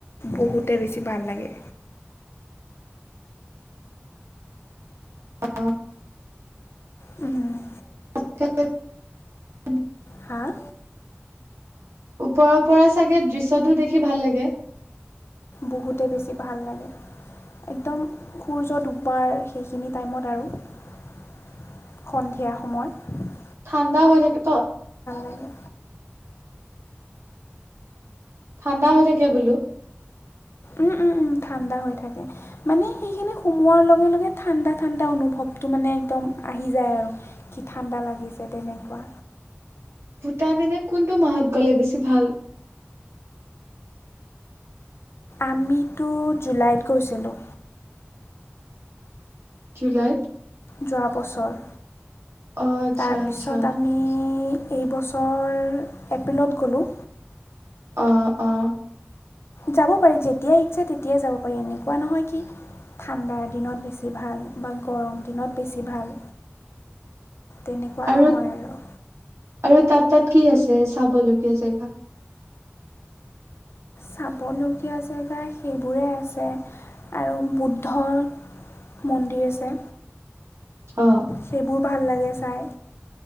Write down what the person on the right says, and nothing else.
অঁ
<inaudible>
ওপৰৰ পৰা চাগে দৃশ্যটো দেখি ভাল লাগে
ঠাণ্ডা হৈ থাকে
ঠাণ্ডা হৈ থাকে বোলো।
ভূটান এনে কোনটো মাহত গলে বেছি ভাল?
জুলাই?
অ আচ্ছা
আচ্ছা
অঁ অঁ।
আৰু
আৰু তাত তাত কি আছে চাবলগীয়া জেগা?
অ